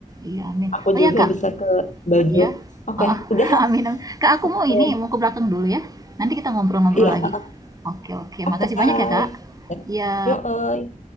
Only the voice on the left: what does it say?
Aku
juga
bisa ke baju.
Oke,
udah
ya.
Oke.
Iya,
oke.
Yo, oi.